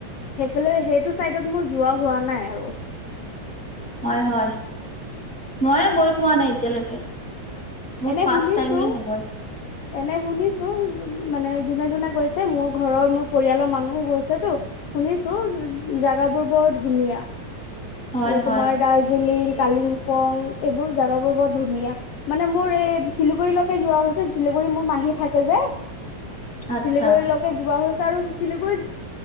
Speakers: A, on the left (about 70°); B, in the centre.
A: সেইফালে সেইটো চাইডত মোৰ যোৱা হোৱা নাই আৰু
B: হয়, হয় মইয়ে গৈ পোৱা নাই এতিয়ালৈকে মোৰ
A: এনে
B: ফাৰ্ষ্ট
A: শুনিছো
B: টাইমে হব
A: এনে শুনিছো মানে যোনে যোনে গৈছে মোৰ ঘৰৰ মোৰ পৰিয়ালৰ মানুহো গৈছেতো শুনিছো জাগাবোৰ বৰ ধুনীয়া
B: হয়
A: এ,
B: হয়
A: তোমাৰ দাৰ্জিলিং কালিংপং এইবোৰ জাগাবোৰ বৰ ধুনীয়া মানে মোৰ এ চিলিগুৰিলৈকে যোৱা হৈছে চিলিগুৰি মোৰ মাহী থাকে যে
B: আচ্ছা
A: চিলিগুৰিলৈকে যোৱা হৈছে, আৰু শিলিগুৰিত